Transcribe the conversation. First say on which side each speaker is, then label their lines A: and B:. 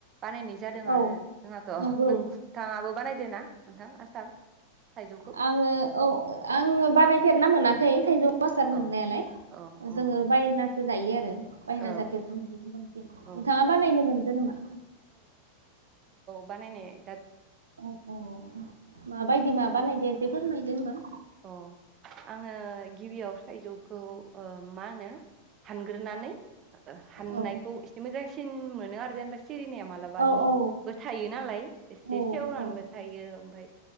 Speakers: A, on the right; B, on the right.
A: बानायनाय जादों
B: औ
A: आनो जोंहाथ'
B: नंगौ
A: नोंथाङाबो बानायदो ना नोंथां आसार थाइजौखौ
B: आङो औ आङो बानायफेरना मोनाखै खै थायजौ आसार मोननायालाय
A: औ औ औ
B: जोङो
A: औ
B: बायना सो जायो आरो बायना
A: औ
B: जाफेरनो मोन
A: औ
B: नोंथाङा बानायनो मोनदो नामा
A: बानायायनाय
B: अ अ माबायदि माबानायदो दे फोरमायदो होमबा
A: अ आङो गिबियाव थायजौखौ ओ मा होनो हानग्रोनानै हाननायखौ
B: औ
A: एसे मोजांसि न मोनो आरो जेनबा सिरिनाया मालाबानिबो
B: औ औ
A: थायो नालाय एसे
B: औ
A: सेवनानैबो
B: औ
A: थायो ओमफाय